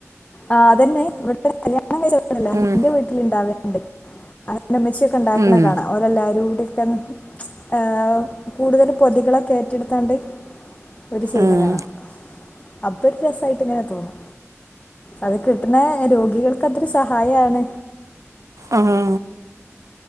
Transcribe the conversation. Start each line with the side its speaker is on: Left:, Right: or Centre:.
Left: ആ അതന്നെ ഇവിടെത്തെ കല്യാണം കില്ല
Right: ഉം
Left: ഇന്റെ വീട്ടിൽ ഇണ്ടാവണ്ട് എന്റെ അമ്മച്ചിയൊക്കെ ഉണ്ടാക്കണേ
Right: ഉം
Left: കാണാം ഓരെല്ലാരും <unintelligible> ഏ കൂടുതൽ പൊതികളൊക്കെ ഏറ്റെടുത്താണ്ട് ഓരു ചെയ്യുന്ന
Right: ഉം
Left: കാണാം അപ്പൊ ഒരു രസായിട്ട് ഇങ്ങനെ തോന്നും അത് കിട്ടണ രോഗികൾക്ക് അതൊരു സഹായാണ്
Right: ആഹ്